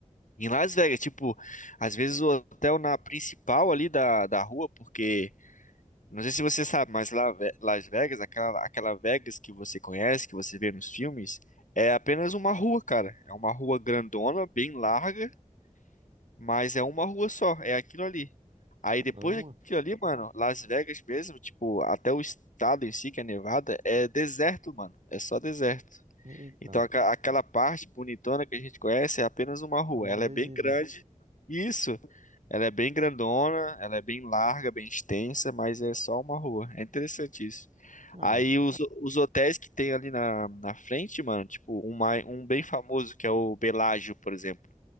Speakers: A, on the left (about 90°); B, on the right (about 60°).
A: Em Las Vegas, tipo, às vezes o hotel na principal ali da, da rua, porque, não sei se você sabe, mas lá, Ve- Las Vegas, aquela, aquela Vegas que você conhece, que você vê nos filmes, é apenas uma rua, cara. É uma rua grandona, bem larga, mas é uma rua só, é aquilo ali. Aí
B: caramba.
A: depois daquilo ali, mano, Las Vegas mesmo, tipo, até o estado em si, que é Nevada, é deserto, mano. É só deserto.
B: Eita,
A: Então aca- aquela parte bonitona que a gente conhece é apenas uma rua.
B: é uma
A: Ela
B: avenida.
A: é bem grande. Isso, ela é bem grandona, ela é bem larga, bem extensa, mas é só uma rua. É interessante isso.
B: Caramba.
A: Aí os, os hotéis que tem ali na, na frente, mano, tipo, um, mai- um bem famoso que é o Bellagio, por exemplo.